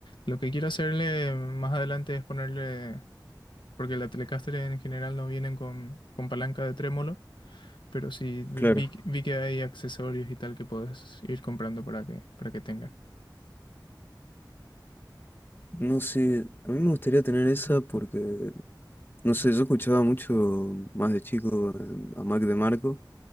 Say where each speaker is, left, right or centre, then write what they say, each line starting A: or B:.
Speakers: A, on the left; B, on the left.
A: Lo que quiero hacerle más adelante es ponerle, porque la Telecaster en general no vienen con, con palanca de trémolo, pero sí vi,
B: Claro.
A: vi que vi que hay accesorios y tal que puedes ir comprando para que, para que tenga.
B: No sé, a mí me gustaría tener esa porque, no sé, yo escuchaba mucho más de chico eh, a Mac DeMarco